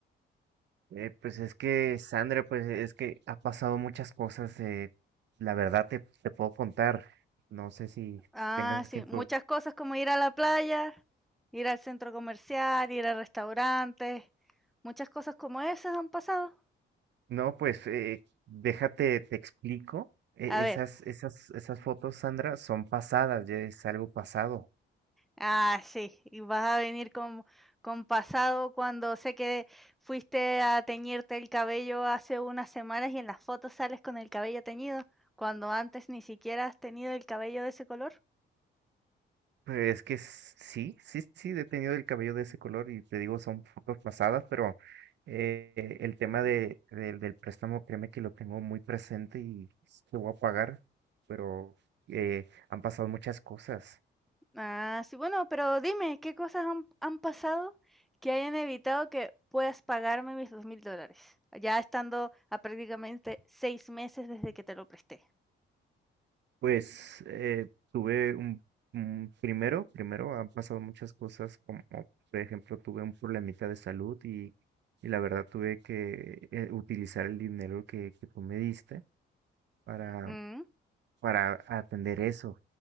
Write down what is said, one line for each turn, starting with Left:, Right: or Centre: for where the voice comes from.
Right: Eh, pues es que, Sandra, pues es que ha pasado muchas cosas. eh, la verdad te, te puedo contar. No sé si
Centre: Ah,
Right: tengas
Centre: sí,
Right: tiempo.
Centre: muchas cosas como ir a la playa, ir al centro comercial, ir a restaurantes, muchas cosas como esas han pasado.
Right: No, pues eh, déjate, te explico. E-
Centre: A ver.
Right: esas, esas, esas fotos, Sandra, son pasadas, ya es algo pasado.
Centre: Ah, sí, y vas a venir con, con pasado cuando sé que fuiste a teñirte el cabello hace unas semanas y en las fotos sales con el cabello teñido, cuando antes ni siquiera has tenido el cabello de ese color.
Right: Pues, Es que sí, sí, sí, sí, he tenido el cabello de ese color y te digo, son fotos pasadas, pero eh, el tema de, del del préstamo, créeme que lo tengo muy presente y lo voy a pagar, pero eh, han pasado muchas cosas.
Centre: Ah, sí, bueno, pero dime, ¿qué cosas han, han pasado que hayan evitado que puedas pagarme mis dos mil dólares? Ya estando a prácticamente seis meses desde que te lo presté.
Right: Pues eh, tuve un, un- primero, primero han pasado muchas cosas, como por ejemplo tuve un problemita de salud y, y la verdad tuve que eh, utilizar el dinero que, que tú me diste para
Centre: ¿Mm?
Right: para atender eso.